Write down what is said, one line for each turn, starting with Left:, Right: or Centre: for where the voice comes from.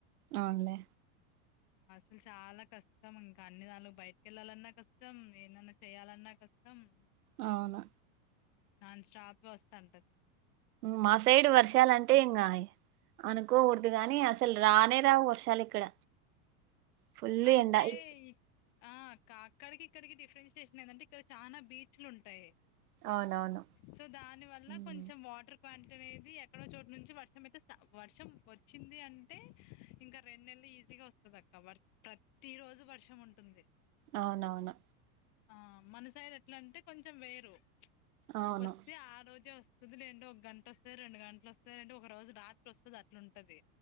Right: అవునులే
Left: అసలు చాలా కష్టం ఇంకా అన్ని విధాలుగా బయటకిళ్లాలన్నా కష్టం ఏమన్నా చేయ్యాలన్నా కష్టం మ్
Right: అవును
Left: నాన్ స్టాప్ గా వస్తాంటది
Right: మా సైడ్ వర్షాలుంటే ఇంకా అనుకోకూడదు గాని అసలు రానే రావు వర్షాలు ఇక్కడ ఫుల్
Left: అంటే
Right: ఎండ ఇప్-
Left: ఆ అక్కడికి ఇక్కడికి డిఫరెన్షియేషన్ ఏందంటే ఇక్కడ చాలా బీచ్లు ఉంటాయి
Right: అవునవును
Left: సో దాని వల్ల
Right: ఉమ్,
Left: కొంచెం వాటర్ కంటు అనేది ఎక్కడో చోటు నుంచి వర్షం అయితే వర్షం వచ్చింది అంటే ఇంకా రెండు నెల ఈజీగా వస్తుంది అక్క వర్ ప్రతి రోజు వర్షం ఉంటుంది
Right: అవునవును
Left: ఆ మన సైడ్ ఎట్లాంటే కొంచెం వేరు
Right: అవును
Left: వస్తే ఆ రోజే వస్త వస్తది లేదంటే ఒక గంట వస్తయి రెండు గంటలు వస్తాది లేదంటే ఒక రోజు రాత్రి వస్తది అట్లా ఉంటది